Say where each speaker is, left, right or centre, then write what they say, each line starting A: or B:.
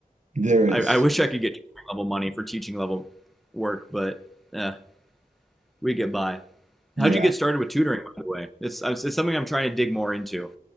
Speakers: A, on the right; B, in the centre.
A: There is,
B: I, I wish
A: Yeah.
B: I could get tutoring level money for teaching level work, but eh, we get by.
A: yeah.
B: How'd you get started with tutoring, by the way? It's, it's something I'm trying to dig more into.